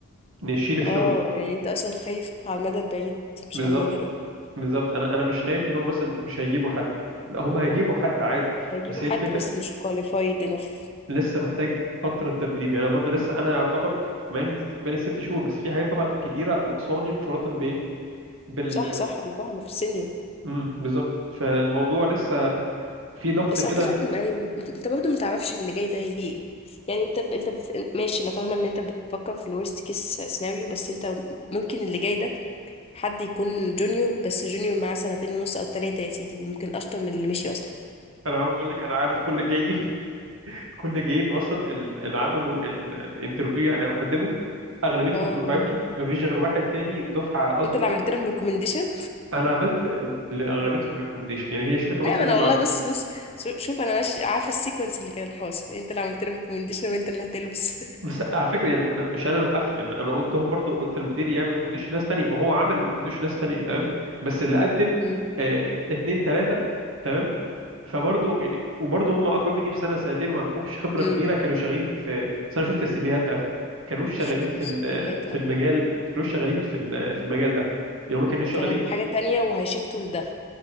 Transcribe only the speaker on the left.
اه يعني انت اصلا خايف على المدى البعيد مش
على المدى القريب
هيجيبوا
حد
بس مش qualified enough
صح صح انا فاهمه في السينيور
بس
اعتقد ما- يعني مت- انت برضه ما تعرفش اللي جاي ده هيجي ايه يعني انت ب... انت ب... ماشي انا فاهمه ان انت بتفكر في الورست كيس سيناريو بس انت ممكن اللي جاي ده حد يكون جونيور بس جونيور معاه سنتين ونص او ثلاثه يا سيدي وممكن اشطر من اللي مشي اصلا
اه
انت اللي
عملت لهم ريكومنديشن
ايوه
انا
والله بص بص شو- شوف انا ماشي عارفه السيكونس اللي كان حاصل انت اللي عملت لهم ريكومنديشن وانت اللي هتلبس
<laughs> امم
امم
شفت
الفيديوهات
اه
كانوا حاجه تانية وهيشفتوا لده